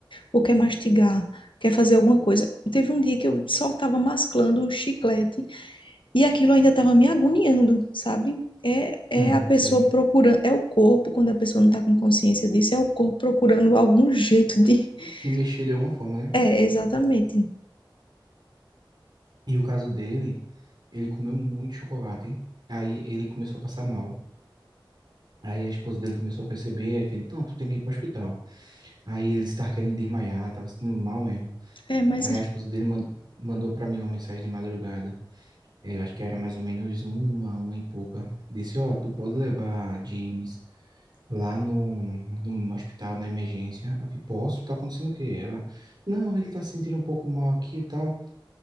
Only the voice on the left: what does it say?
ou quer mastigar, quer fazer alguma coisa. Teve um dia que eu só estava masclando o chiclete e aquilo ainda estava me agoniando, sabe? É, é
a pessoa
procurando, é o corpo, quando a pessoa não está com consciência disso, é o corpo procurando algum jeito de. <laughs>
É, exatamente.
É, mas
é-